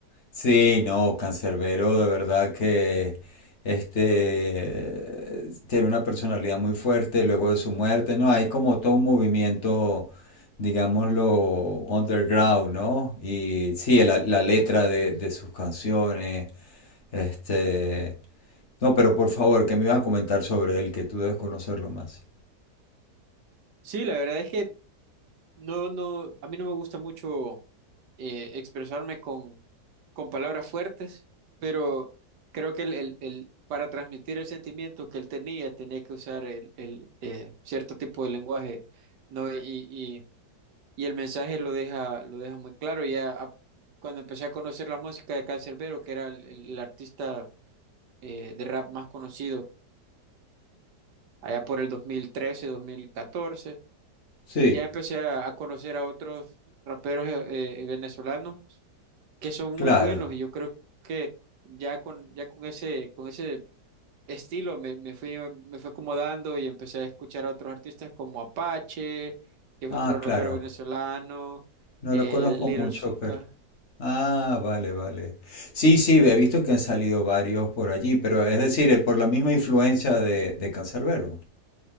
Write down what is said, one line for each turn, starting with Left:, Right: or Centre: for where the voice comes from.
Left: Sí, no, Cancerbero de verdad que este tiene una personalidad muy fuerte luego de su muerte, ¿no? Hay como todo un movimiento, digámoslo, underground, ¿no? Y sí, la, la letra de, de sus canciones, este... No, pero por favor, ¿qué me ibas a comentar sobre él, que tú debes conocerlo más.
Right: Sí, la verdad es que no, no, a mí no me gusta mucho eh, expresarme con, con palabras fuertes, pero creo que el, el, el- para transmitir el sentimiento que él tenía, tenía que usar el, el, eh, cierto tipo de lenguaje, ¿no? Y, y, y el mensaje lo deja, lo deja muy claro. Ya a- cuando empecé a conocer la música de Canserbero, que era el, el artista eh, de rap más conocido allá por el 2013, 2014.
Left: Sí.
Right: Ya empecé a, a conocer a otros raperos eh, eh, venezolanos que son muy
Left: Claro.
Right: buenos y yo creo que ya con, ya con ese, con ese estilo me, me fui, me fui acomodando y empecé a escuchar a otros artistas como Apache, que es
Left: Ah,
Right: otro rapero
Left: claro.
Right: venezolano,
Left: No
Right: eh,
Left: lo conozco
Right: Little
Left: mucho,
Right: Supa,
Left: pero... Ah, vale, vale. Sí, sí, he visto que han salido varios por allí, pero es decir, eh, por la misma influencia de, de Cancerbero.